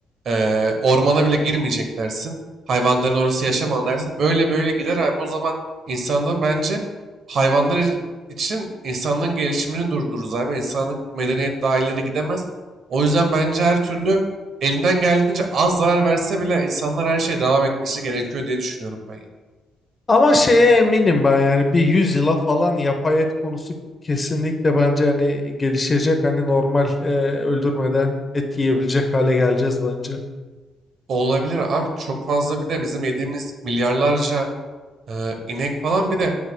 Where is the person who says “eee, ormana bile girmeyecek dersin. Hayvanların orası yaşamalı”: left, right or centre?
Right